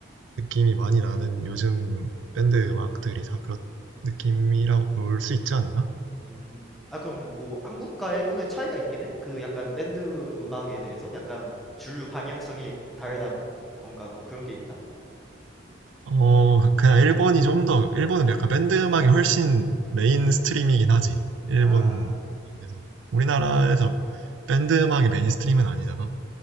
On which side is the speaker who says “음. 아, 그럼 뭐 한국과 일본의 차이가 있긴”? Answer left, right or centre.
Centre